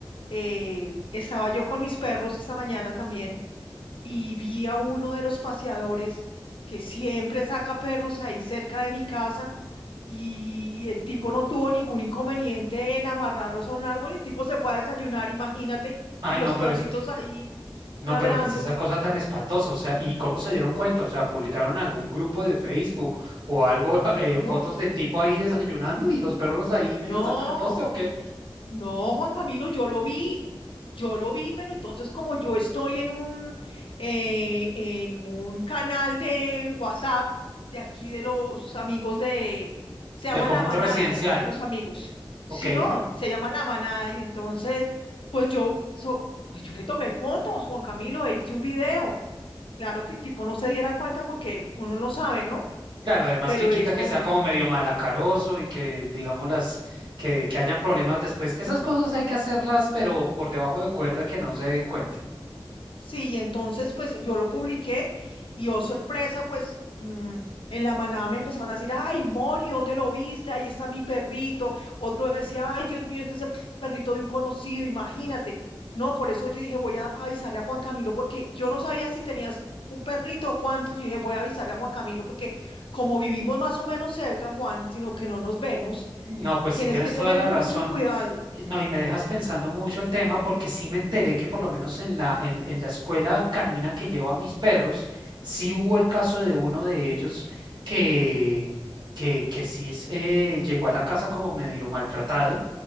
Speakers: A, on the left; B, on the right.
A: eh, estaba yo con mis perros esta mañana también y vi a uno de los paseadores que siempre saca perros ahí cerca de mi casa y el tipo no tuvo ningún inconveniente en amarrarlos a un árbol. El tipo se fue a desayunar, imagínate,
B: Ay,
A: y los
B: no, pero
A: perritos
B: es,
A: ahí
B: no,
A: ladrando.
B: pero ¿qué es esa cosa tan espantosa? O sea, ¿y cómo se dieron cuenta? O sea, publicaron en algún grupo de Facebook o algo, <laughs> eh,
A: No,
B: fotos del tipo ahí desayunando y los perros ahí mientras
A: no.
B: tanto en el poste o qué?
A: No, Juan Camilo, yo lo vi, yo lo vi, pero entonces como yo estoy en un, eh, en un canal de WhatsApp de aquí de los amigos de, se llama
B: Del conjunto
A: La Manada,
B: residencial,
A: de aquí de los amigos. si
B: ¿ok?
A: no, se llama La Manada y entonces, pues yo, so- pues yo le tomé fotos, Juan Camilo, e hice un video. Claro que el tipo no se diera cuenta porque uno no sabe, ¿no?
B: Claro, además,
A: Pero
B: quien quita
A: eso,
B: que sea como medio malacaroso y que, digamos, las, que, que hayan problemas después. Esas cosas hay que hacerlas, pero por debajo de cuerda que no se den cuenta.
A: Sí, y entonces pues yo lo publiqué y oh sorpresa, pues mm, en la manada me empezaron a decir, ay, Moni, ¿dónde lo viste? Ahí está mi perrito. Otro decía, ay, Dios mío, este es el perrito de un conocido, imagínate. No, por eso yo dije, voy a avisarle a Juan Camilo porque yo no sabía si tenías un perrito o cuántos. Y dije, voy a avisarle a Juan Camilo porque como vivimos más o menos cerca, Juan, sino que no nos vemos,
B: No, pues
A: tienes
B: sí tienes
A: que
B: toda
A: tener
B: la
A: mucho
B: razón.
A: cuidado.
B: Eh, No, y me dejas pensando mucho el tema porque sí me enteré que por lo menos en la, en, en la escuela canina que llevo a mis perros, sí hubo el caso de uno de ellos que, que, que sí es, eh, llegó a la casa como medio maltratado